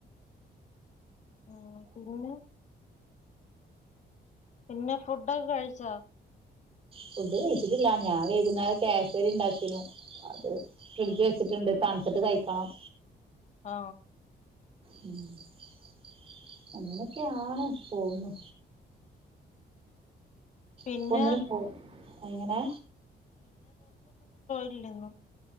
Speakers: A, on the left; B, on the right.
A: ആ പിന്നെ പിന്നെ ഫുഡൊക്കെ കഴിച്ചോ
B: ഫുഡ് കഴിച്ചിട്ടില്ല ഞാൻ വൈകുന്നേരം കേ സരി ഉണ്ടാകീന്നു അത് ഫ്രിഡി
A: ആ
B: ജ് വെച്ചീട്ട്ണ്ട് തൺ ത്ത്ട്ട്കഴിക്കണം
A: ആ
B: ഉം <unintelligible> അങ്ങനൊക്കെയാണ് പോവുന്നു
A: പിന്നെ
B: ഇപ്പം ഒന്നിനും പോവാ എങ്ങനെ
A: ഇല്ലങ്ങു